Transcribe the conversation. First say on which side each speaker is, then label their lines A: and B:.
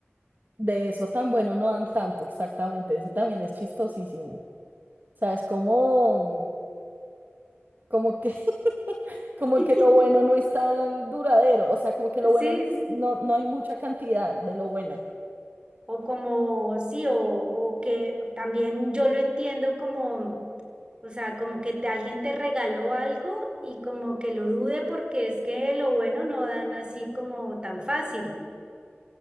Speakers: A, on the right; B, on the right.
A: De eso tan bueno no dan tanto, exactamente. Ese también es chistosísimo. O sea, es como, como que <laughs> Como
B: <laughs>
A: que lo bueno no es tan duradero, o sea, como que lo
B: Sí,
A: bueno no,
B: sí,
A: es-
B: sí.
A: no, no hay mucha cantidad de lo bueno.
B: O como, sí, o, o que también yo lo entiendo como, o sea, como que te- alguien te regaló algo y como que lo dude porque es que lo bueno no dan así como tan fácil.